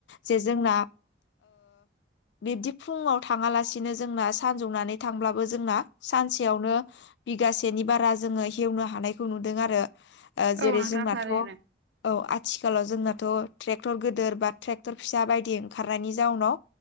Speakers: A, on the left (about 70°); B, on the right (about 70°).
A: जे जोंना बिब्दि फुङाव थाङालासिनो जोंना सानजौनानै थांब्लाबो जोंना सानसेयावनो बिगासेनि बारा जोङो हेवनो हानायखौ नुदों आरो। जेरै
B: औ नोंथां
A: जोंनाथ'
B: थारैनो
A: औ आथिखालाव जोंनाथ' ट्रेक्टर गोदोर बा ट्रेक्टर फिसा बायदि ओंखारनायनि जाउनाव